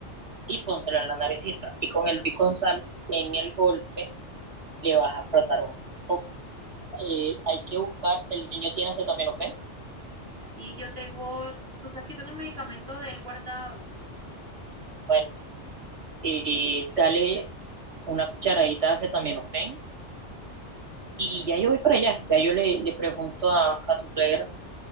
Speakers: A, on the right; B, on the right.
A: y pónselo en la naricita. Y con el biconsal en el golpe le vas a frotar un poco. Eh, hay que buscar, el niño tiene acetaminofén.
B: Sí, yo tengo, tú sabes que tengo el medicamento de él guardado.
A: Bueno, eh, dale una cucharadita de acetaminofén Y ya yo voy para allá, ya yo le, le pregunto a, a tu suegra